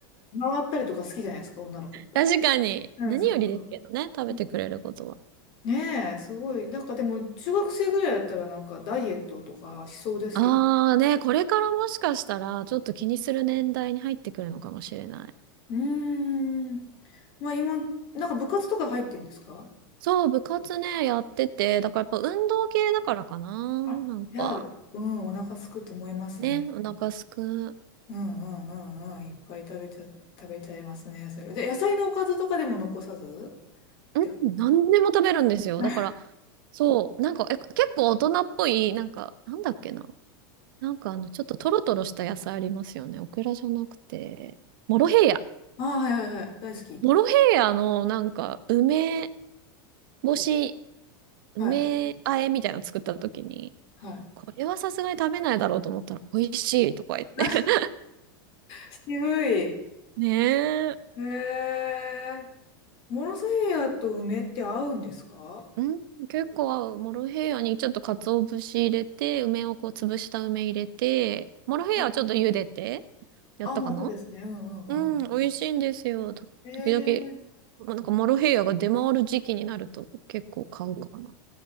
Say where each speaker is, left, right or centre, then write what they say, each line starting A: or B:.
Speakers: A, on the left (about 40°); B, on the right (about 65°).
A: 回ったりとか好きじゃないですか、女の子って。
B: 確かに。
A: うん、
B: 何よりですけどね、
A: そうそう。
B: 食べてくれることは。
A: うんねえ、すごい。なんかでも、中学生ぐらいだったらなんかダイエットとかしそうですけど。
B: ああね、これからもしかしたら、ちょっと気にする年代に入ってくるのかもしれない。
A: うーん。まあ今、なんか部活とか入ってんですか
B: そう、部活ね、やってて、だからやっぱ運動系だからかな。
A: あ、
B: なんか、
A: じゃあ、うん、お腹すくと思いますね。
B: ね、お腹すく。
A: うんうんうんうん、いっぱい食べちゃ、食べちゃいますね。それで、野菜のおかずとかでも残さず
B: うん、
A: ってことですか
B: 何でも食べるんですよ。
A: あ
B: だから、そう、なんか、え、結構大人っぽい、なんか、なんだっけな。なんかあの、ちょっとトロトロした野菜ありますよね。オクラじゃなくて、モロヘイヤ。
A: <laughs> あ、はいはいはい。大好き。
B: モロヘイヤのなんか梅干し、梅和えみたいなの作った時に、
A: はい。はい。
B: これはさすがに食べないだろうと思ったら美味しいとか言って。
A: <laughs> あ、
B: <laughs>
A: 渋い。
B: ねえ。
A: へえ。モロセイヤと梅って合うんですか
B: うん結構合う。モロヘイヤにちょっと鰹節入れて、梅をこう潰した梅入れて、モロヘイヤはちょっと茹でて、
A: うん
B: やったかな
A: あ、まあそうですね。うんうんうん。
B: うん、美味しいんですよ。と時々、
A: へえ。
B: まあなんかモロヘイヤが出回る時期になると結構買うかな。